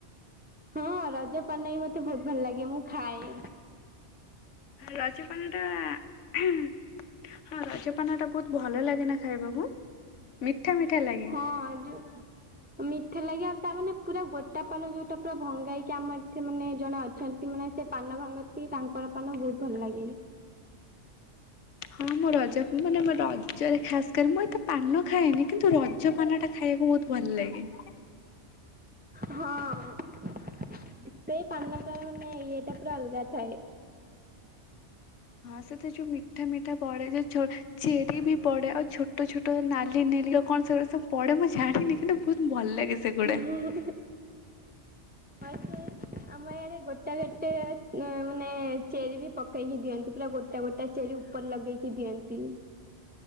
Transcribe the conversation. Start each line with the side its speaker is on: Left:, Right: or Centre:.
Right: ହଁ ରଜ ପନେଇ ମତେ ବହୁତ ଭଲ ଲାଗେ ମୁଁ ଖାଏ।
Left: ରଜପନ ଟା ହଁ ରଜପନା ଟା ବହୁତ ଭଲ ଲାଗେନା ଖାଇବାକୁ? ମିଠା ମିଠା। ଲାଗେ।
Right: ହଁ ଆ ଯୋଉ ମିଠା ଲାଗେ ଆଉ ତା ମାନେ ପୁରା ଗୋଟା ପାନ ଯୋଉଟା ପୁରା ଭଙ୍ଗାଇକି ଆମର ଏ ମାନେ ଜଣେ ଅଛନ୍ତି। ମାନେ ସେ ପାନ ଭାଙ୍ଗନ୍ତି ତାଙ୍କର ପାନ ବହୁତ ଭଲ ଲାଗେ।
Left: ହଁ, ମୋ ରଜ ମାନେ ମୋ ରଜରେ ଖାସ କରି ମୁଁ ଏତେ ପାନ ଖାଏନି କିନ୍ତୁ ରଜପାନ ଟା ଖାଇବାକୁ ବହୁତ ଭଲ ଲାଗେ।
Right: ହଁ। ସେଇ ପାନ ତ ମାନେ ଇଏ ଟା ପୁରା ଅଲଗା ଥାଏ।
Left: ହଁ ସେତ ଯୋଉ ମିଠା ମିଠା ପଡେ ଯୋଉ ଚେରି ବି ପଡେ ଆଉ ଛୋଟ ଛୋଟ। ନାଲି ନେଲି କଣ ସେଗୁା ସବ ପଢେଁ ଜାଣିନି କିନ୍ତ ବହୁତ ଭଲ ଲାଗେ। ସେଗୁଡା।
Right: ହଁ ସେ ଆମ ୟାରେ ଗୋଟା ଗୋଟେ ମାନେ ଚେରି ବି ପକେଇକି ଦିଅନ୍ତି ପୁର ଗୋଟେ ତା ଗୋଟେ ଚେରି ଉପରେ ଲଗେଇକି ଦିଅନ୍ତି।